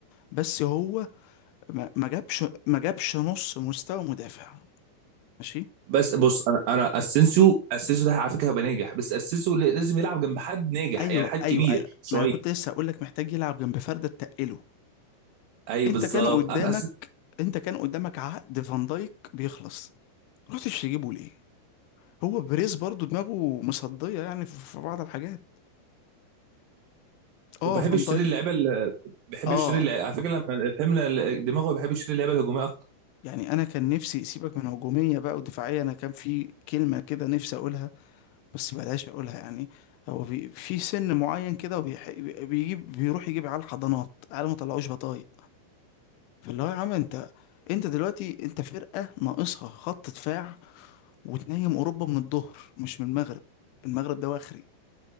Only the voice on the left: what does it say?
بس هو ما ما جابش ما جابش نص مستوى مدافع ماشي
ايوه
ايوه ايوه
ما انا كنت لسه هقول لك محتاج يلعب جنب فرده تقله
انت
كان قدامك
انت كان قدامك عقد فان دايك بيخلص رحتش تجيبه ليه هو بريز برضو دماغه مصديه يعني في في بعض الحاجات اه
فان
دايك
اه
يعني انا كان نفسي سيبك من هجوميه بقى ودفاعيه انا كان في كلمه كده نفسي اقولها بس بلاش اقولها يعني هو بي في سن معين كده وبيح- بيجيب بيروح يجيب على الحضانات على ما طلعوش بطايق فاللي هو يا عم انت انت دلوقتي انت فرقة ناقصها خط دفاع وتنيم اوروبا من الظهر مش من المغرب المغرب ده واخري